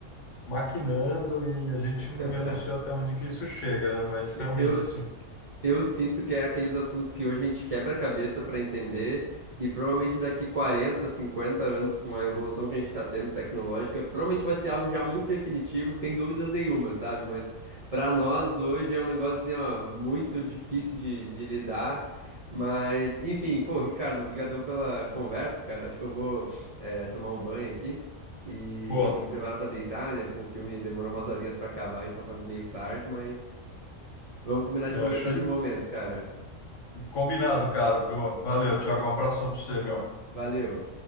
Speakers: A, on the left (about 70°); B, on the right (about 50°).
A: maquinando e a gente não,
B: <laughs>
A: eu não sei até onde que isso chega, né? Mas realmente
B: Eu,
A: assim,
B: Eu sinto que é aqueles assuntos que hoje a gente quebra a cabeça para entender, e provavelmente daqui 40, 50 anos, com a evolução que a gente está tendo tecnológica, provavelmente vai ser algo já muito definitivo, sem dúvidas nenhuma, sabe? Mas para nós hoje é um negócio assim, ó, muito difícil de, de lidar. Mas, enfim, pô, Ricardo, obrigadão pela conversa, cara. Acho que eu vou, eh, tomar um banho aqui e
A: boa.
B: já me preparar para deitar, né? Pô, o filme demorou umas horinhas para acabar, então tá meio tarde, mas. Vamos combinar de
A: Eu
B: conversar
A: acho
B: em
A: de-
B: outro momento, cara.
A: combinado, cara. Boa. Valeu, Thiago. Um abração para você, meu.
B: Valeu.